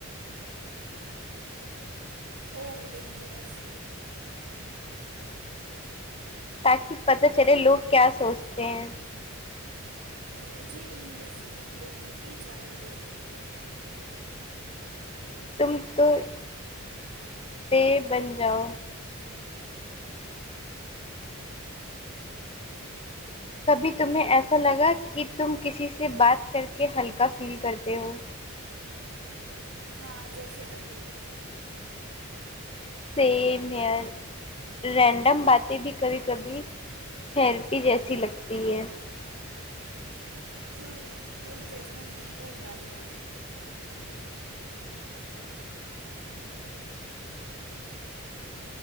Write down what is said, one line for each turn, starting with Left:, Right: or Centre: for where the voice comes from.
Right: او ڈینجرس
Left: تاکہ پتہ چلے لوگ کیا سوچتے ہیں
Right: مجھے انویزیبلٹی چاہیے
Left: تم تو اس پے بن جاؤ کبھی تمہیں ایسا لگا کہ تم کسی سے بات کر کے ہلکا فیل کرتے ہو
Right: ہاں جیسے ابھی
Left: سیم ہیئر رینڈم باتیں بھی کبھی کبھی تھیرپی جیسی لگتی ہے
Right: ٹرو کوئی ججمنٹ نہیں بس باتیں